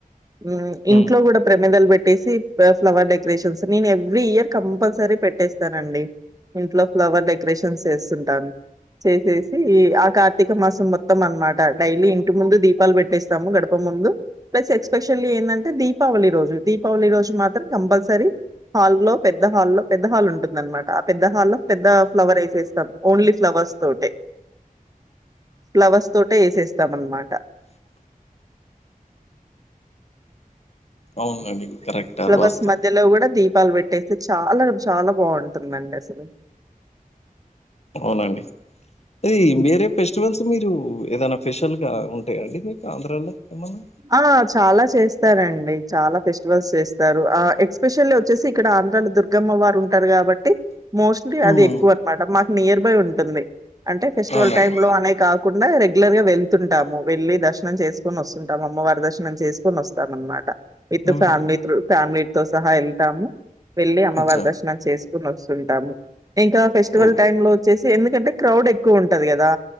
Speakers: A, on the right; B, on the left.
A: మ్
B: హ్మ్
A: ఇంట్లో కూడా ప్రమిదల పె పెట్టేసి ఫ్లవర్ డెకరేషన్స్ నేను ఎవ్రీ ఇయర్ కంపల్సరీ పెట్టేస్తానండి ఇంట్లో ఫ్లవర్ డెకరేషన్స్ చేస్తుంటాను చేసేసి ఈ ఆ కార్తీక మాసం మొత్తం అనమాట డైలీ ఇంటి ముందు దీపాలు పెట్టేస్తాము గడప ముందు ప్లస్ ఎక్స్పెషల్లీ ఏంటంటే దీపావళి రోజు దీపావళి రోజు మాత్రం కంపల్సరీ హాల్ల్లో పెద్ద హాల్లో పెద్ద హాల్ ఉంటుందన్నమాట. పెద్ద హాల్లో పెద్ద ఫ్లవర్ వేసేస్తాం ఓన్లీ ఫ్లవర్స్ తోటే ఫ్లవర్స్ తోటే చేసేస్తామన్నమాట. <inaudible>
B: అవునండి. కరెక్ట్
A: ఫ్లవర్స్
B: అది వాస్తవం
A: మధ్యలో కూడా దీప్. అప్పలు పెట్టేస్తే చాలా చాలా బాగుంటుందండి అసలు.
B: అవునండి అది
A: హ్మ్.
B: వేరే ఫెస్టివల్స్ మీరు. ఏదైనా స్పెషల్ గా ఉంటాయండి మీకు ఆంధ్రాలో ఏమన్నా.
A: ఆ! చాలా చేస్తారండి చాలా ఫెస్టివల్స్ చేస్తారు. ఆహ్ ఎస్పెషల్లీ వచ్చేసి ఇక్కడ ఆంధ్రాల దుర్గమ్మ వా. వారు ఉంటారు కాబట్టి. మోస్ట్లీ అది
B: ఉమ్
A: ఎక్కువ అనమాట మాకు నియర్ బై ఉంటుంది అంటే ఫెస్టివల్
B: అవునండి
A: టైమ్ లో అనే కాక. కుండ రెగ్యు. రెగ్యులర్ గా వెళ్తుంటాము వెళ్ళి దర్శనం చేసుకొని వస్తుంటాము అమ్మవారి దర్శనం చేసుకొని వస్తాం అనమాట. విత్
B: ఉహు
A: ఫ్యామిలీ త్రు ఫ్యామిలీ తో సహా వెళ్తాము వెళ్ళి అమ్మవారి
B: అచ్చా
A: దర్శనం చేసి. వస్తుంటాము ఇంకా ఫెస్టివల్
B: ఓ
A: టైమ్ లో వచ్చేసి ఎందుకంటే క్రౌడ్ ఎక్కువ ఉంటది కదా.